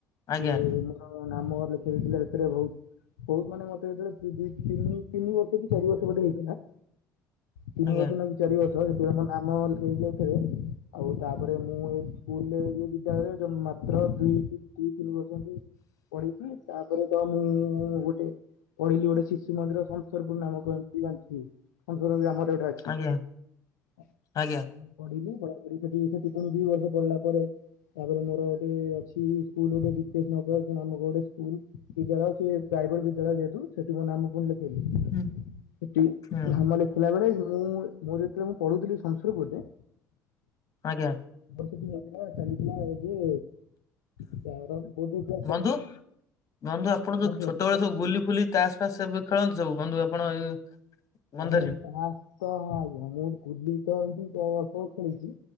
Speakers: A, on the left (about 35°); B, on the left (about 65°).
A: ଆଜ୍ଞା
B: ଏ ନାମ ଲେଖି ଦେଇଥିଲେ ସେଥିରେ ବହୁତ ବହୁତ ମାନେ ମତେ ହେଥେବେଳେ ତିନି ତିନି ବର୍ଷ କି ଚାରି ବର୍ଷ ବୋଧେ ହେଇଥିଲା। ତିନି
A: ଆଜ୍ଞା
B: ବର୍ଷ ଲା ଚାରି ବର୍ଷ <unintelligible> ମୋ ନାମ ଲଖେଇ ଏଥିରେ ଆଉ ତାପରେ ମୁଁ ଏ ସ୍କୁଲ ବିଦ୍ୟାଳୟରେ ଯୋଉ ର ଦୁଇ ଦୁଇ ତିନି ବର୍ଷଛନ୍ତି ପଢେଇଛି ତାପରେ ତ ମୁଁ ଗୋଟେ ପଢିଲି ଗୋଟେ ଶିଶୁ ମନ୍ଦିର ଶସରପୁର ନାମକୁ <unintelligible> ଆମର ଗୋଟେ ଛି
A: ଆଜ୍ଞା
B: ସେଠି
A: ଆଜ୍ଞା
B: ମୁଁ ପଢିଲି ପଢାପଢି ସେଠି ସେଠି ପୁଣି ଦି ବର୍ଷ ପଢିଲା ପରେ ତାପରେ ମୋର ଗୋଟେ ଅଛି ସ୍କୁ ଗୋଟେ ନାମକ ଗୋଟେ ସ୍କୁଲ। ବିଦ୍ୟାଳୟ ସେ ପ୍ରାଇଭେଟ ବିଦ୍ୟାଳୟ ଯେହେତୁ ସେଠି ନାମ କୁହଥିଲ। ସେଠି
A: ହୁଁ
B: ସେଠି
A: ହୁଁ
B: ଧାମ ଲେଖିଲା ବେଳେ ମୁଁ ମୁଁ ଯେତେବେଳେ ମୁଁ ପଢୁଥିଲି ସଂସଲପୁରରେ
A: ଆଜ୍ଞା।
B: ବର୍ଷଠ ହେ ଚାଲିଥିଲା ଏବେ <unintelligible> ବୋଧ
A: ବନ୍ଧୁ ବନ୍ଧୁ ଆପଣ ଯୋଉ
B: ବୋଧ
A: ଛୋଟବେଳେ ସବୁ ଗୁଲି ଫୁଲି ଟାସପାସ ସ ଖେଳନ୍ତି ସବୁ ବନ୍ଧୁ ଆପଣ ଏଇ ବନ୍ଧରେ?
B: ଏ ତା ତଁମ ଗୁଲି ତ ଏ ତ ଅଳ୍ପ ଖେଳିଛି।